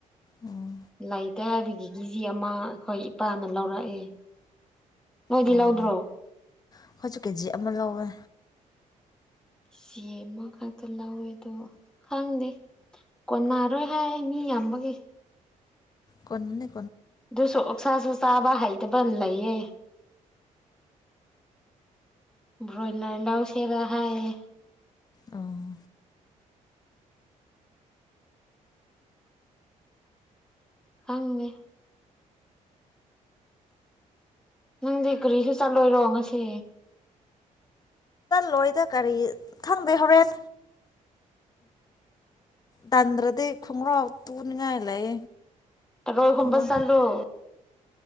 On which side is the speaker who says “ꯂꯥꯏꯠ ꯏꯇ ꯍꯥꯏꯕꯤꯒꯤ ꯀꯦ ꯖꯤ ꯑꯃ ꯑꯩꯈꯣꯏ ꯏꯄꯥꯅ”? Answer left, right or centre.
Centre